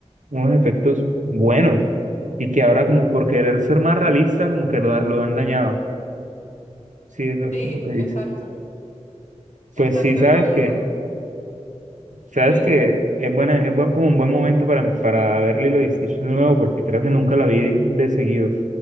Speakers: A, on the right (about 80°); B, on the left (about 70°).
A: unos efectos buenos y que ahora como por querer ser más realista, como que lo, lo han dañado. Sí, es lo,
B: Sí,
A: lo que he
B: exacto,
A: dicho.
B: exacto,
A: Pues sí, sabes
B: lo han
A: que
B: ido.
A: Sabes
B: ¿Qué?
A: que es buena, es bu- como un buen momento para, para ver Lilo y Stitch de nuevo, porque creo que nunca la vi de seguido,